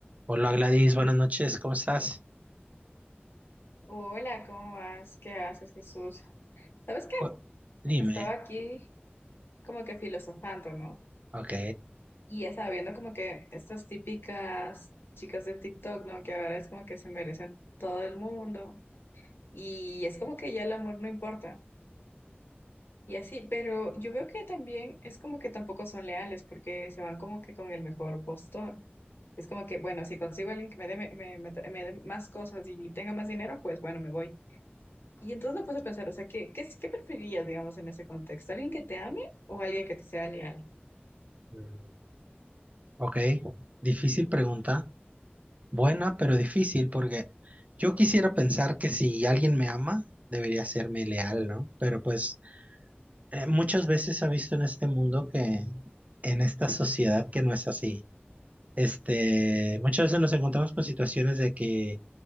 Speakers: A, on the right (about 40°); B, on the left (about 70°).
A: Hola Gladys, buenas noches, ¿cómo estás?
B: Hola, ¿cómo vas? ¿Qué haces, Jesús? ¿Sabes qué?
A: Oh, dime,
B: Estaba aquí como que filosofando, ¿no?
A: ok,
B: Y ya estaba viendo como que estas típicas chicas de TikTok, ¿no? Que ahora es como que se merecen todo el mundo. Y es como que ya el amor no importa. Y así, pero yo veo que también es como que tampoco son leales porque se van como que con el mejor postor. Es como que, bueno, si consigo a alguien que me dé, me me- me dé más cosas y tenga más dinero, pues bueno, me voy. Y entonces me puse a pensar, o sea, ¿qué, qué, es- qué preferías, digamos, en ese contexto? ¿Alguien que te ame o alguien que te sea leal?
A: mm, ok, difícil pregunta, buena pero difícil porque yo quisiera pensar que si alguien me ama, debería serme leal, ¿no? Pero pues eh, muchas veces se ha visto en este mundo que, en esta sociedad que no es así. Este, muchas veces nos encontramos con situaciones de que